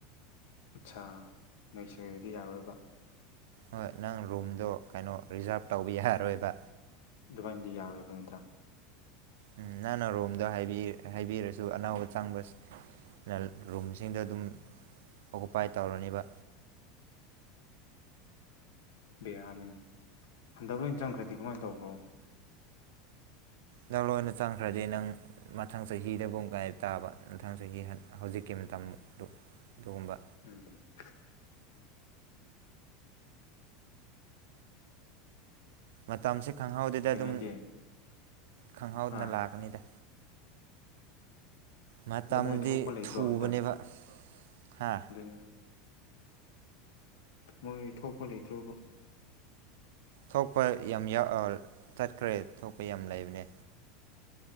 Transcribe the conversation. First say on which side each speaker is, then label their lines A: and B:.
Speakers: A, on the left (about 80°); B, on the right (about 75°).
A: ꯑꯠꯆꯥꯥ ꯅꯩꯁꯔꯒꯗꯤ ꯌꯥꯔꯣꯏꯕ
B: ꯍꯣꯏ ꯅꯪ ꯔꯨꯝꯗꯣ ꯀꯩꯅꯣ ꯔꯤꯖꯥꯞ ꯇꯧꯕ ꯌꯥꯔꯣꯏꯕ
A: ꯗꯨꯕꯥꯏꯅꯗꯤ ꯌꯥꯔꯣꯏꯕ ꯅꯠꯇ꯭ꯔꯥ
B: ꯎꯝ ꯅꯪꯅ ꯔꯣꯝꯗ ꯍꯥꯏꯕꯤꯔꯁꯨ ꯑꯅꯧꯕ ꯆꯪꯕꯁ ꯅ ꯔꯨꯝꯁꯤꯡꯗ ꯑꯗꯨꯝ ꯑꯣꯀꯨꯄꯥꯏ ꯇꯧꯔꯅꯦꯕ
A: ꯕꯤꯔꯅꯤ ꯍꯟꯗꯛ ꯂꯣꯏ ꯆꯪꯈ꯭ꯔꯗꯤ ꯀꯃꯥꯏꯅ ꯇꯧꯕ꯭ꯔꯣ
B: ꯅꯪ ꯂ ꯑꯣꯏꯅ ꯆꯪꯈ꯭ꯔꯗꯤ ꯅꯪ ꯃꯊꯪ ꯆꯍꯤꯗꯕꯨ ꯉꯥꯏꯞ ꯇꯥꯕ ꯃꯊꯪ ꯆꯍꯤ ꯍꯧꯖꯤꯛꯀꯤ ꯃꯇꯝꯗꯨ ꯑꯗꯨꯒꯨꯝꯕ
A: ꯎꯝ
B: ꯃꯇꯝꯁꯦ ꯈꯪꯍꯧꯗꯗ
A: ꯀꯩꯅꯣꯗꯤ
B: ꯑꯗꯨꯝ ꯈꯪꯍꯧꯗꯅ
A: ꯑꯥ
B: ꯂꯥꯛꯀꯅꯤꯗ ꯃꯇꯝꯗꯤ
A: ꯑꯗ ꯃꯣꯏ ꯊꯣꯛꯄ ꯂꯩꯇ꯭ꯔꯣ
B: ꯊꯨꯕꯅꯦꯕ
A: ꯍꯟꯗꯛ
B: ꯍꯥ
A: ꯑꯗꯨꯅꯤ ꯃꯣꯏ ꯊꯣꯛꯄ ꯂꯩꯇ꯭ꯔꯣꯕ
B: ꯊꯣꯛꯄ ꯌꯥꯝ ꯆꯠꯈ꯭ꯔꯦ ꯊꯣꯛꯄ ꯌꯥꯝ ꯂꯩꯕꯅꯦ